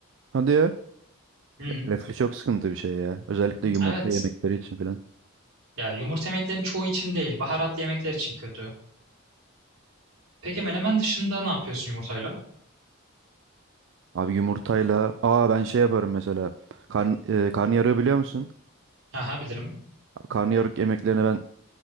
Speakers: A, on the right; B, on the right.
A: Hadi ya.
B: Hı.
A: Reflü çok sıkıntı bir şey ya. Özellikle yumurta
B: Evet.
A: yemekleri için filan.
B: Ya yumurta yemeklerin çoğu için değil, baharatlı yemekler için kötü. Peki menemen dışında ne yapıyorsun yumurtayla?
A: Abi yumurtayla... Aa ben şey yaparım mesela. Karn, e, karnıyarığı biliyor musun?
B: Aha bilirim.
A: Karnıyarık yemeklerine ben